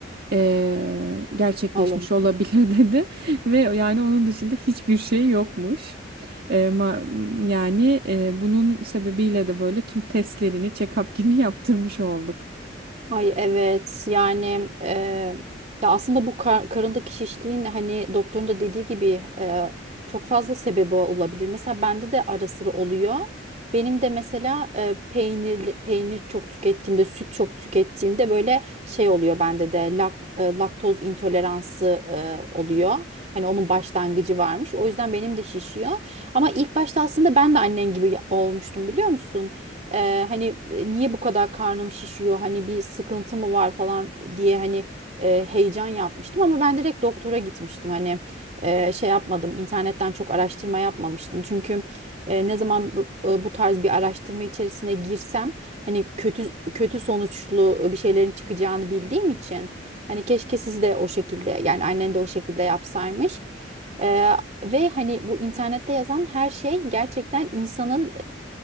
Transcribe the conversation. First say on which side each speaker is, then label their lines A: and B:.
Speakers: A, on the right; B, on the right.
A: eee, gerçekleşmiş
B: Olur.
A: olabilir <laughs> dedi ve yani onun dışında hiçbir şey yokmuş. Eee, ma- yani eee, bunun sebebiyle de böyle tüm testlerini check-up gibi <laughs> yaptırmış olduk.
B: Ay evet yani e, ya aslında bu kar- karındaki şişliğin hani doktorun da dediği gibi e, çok fazla sebebi olabilir. Mesela bende de ara sıra oluyor. Benim de mesela e, peynir peynir çok tükettiğimde, süt çok tükettiğimde böyle şey oluyor bende de lak, e, laktoz intoleransı e, oluyor. Hani onun başlangıcı varmış. O yüzden benim de şişiyor. Ama ilk başta aslında ben de annen gibi olmuştum biliyor musun? Eee, hani e, niye bu kadar karnım şişiyor hani bir sıkıntı mı var falan diye hani e, heyecan yapmıştım ama ben direkt doktora gitmiştim hani e, şey yapmadım internetten çok araştırma yapmamıştım çünkü e, ne zaman bu, e, bu tarz bir araştırma içerisine girsem hani kötü kötü sonuçlu e, bir şeylerin çıkacağını bildiğim için hani keşke siz de o şekilde yani annen de o şekilde yapsaymış. Eee, ve hani bu internette yazan her şey gerçekten insanın